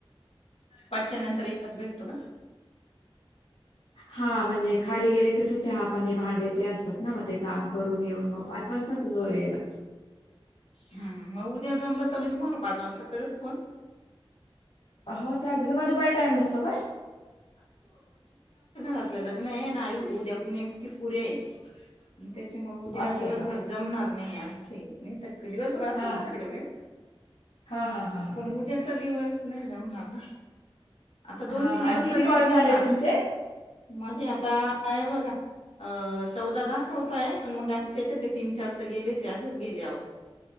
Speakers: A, on the left; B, on the left.
A: पाचच्या नंतर एक तास भेटतो का.
B: हा म्हणजे खाली गेले कस चहा पाणी भांडे ते असतात ना मग ते काम करून येऊन मग वाजतातच वर यायला पण.
A: हम मग उद्या जमलं तर मी तुम्हाला पाच वाजता करन फोन
B: हो चालतय तुम्हाला दुपारी टाईम नसतो का?
A: आपलं लग्न आहे ना उद्या पूने पुरे आहे त्याच्यामुळे उद्या
B: असं
A: दिवसभर
B: आहे का?
A: जमणार नाही असं येत नाही दिवसभर असतो
B: हां,
A: माझ्याकडे वेळ
B: हां, हां, हां, हां.
A: पण उद्याचा दिवस नाही जमणार ना आता दोन
B: हां,
A: तीन
B: हां.
A: दिवस
B: आणि किती
A: तर नाहीच
B: कॉल
A: जमणार
B: झालेत तुमचे?
A: म्हणजे आता आहे बघा अं चौदा दाखवताय पण मग आता त्याच्यातले तीन चार तर गेलेच असेच गेले आओ